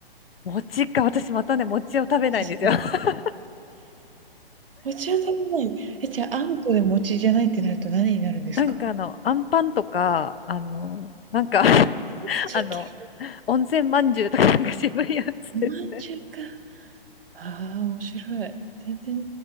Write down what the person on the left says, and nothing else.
餅か。私またね、餅を食べないんですよ。
<laughs>
なんかあの、あんパンとか、あの、なんか <laughs>
あの、温泉まんじゅうとかなんか渋いやつですね。